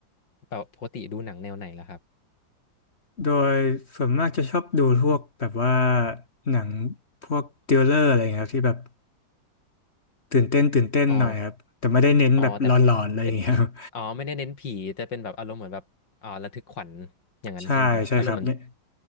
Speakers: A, on the left; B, on the left.
A: แบบปกติดูหนังแนวไหนล่ะครับ
B: โดยส่วนมากจะชอบดูพวกแบบว่าหนังพวกทริลเลอร์อะไรอย่างเงี้ยครับที่แบบตื่นเต้นตื่นเต้นหน่อยครับแต่ไม่ได้เน้นแบบหลอนๆอะไรอย่างเงี้ยครับ
A: อ๋ออ๋อแต่ไม่อ๋อไม่ได้เน้นผีแต่เป็นแบบอารมณ์เหมือนแบบอ๋อระทึกขวัญอย่างนั้นใช่ไหมครับอารมณ์เหมือน
B: <laughs> ใช่ใช่ครับเนี่ย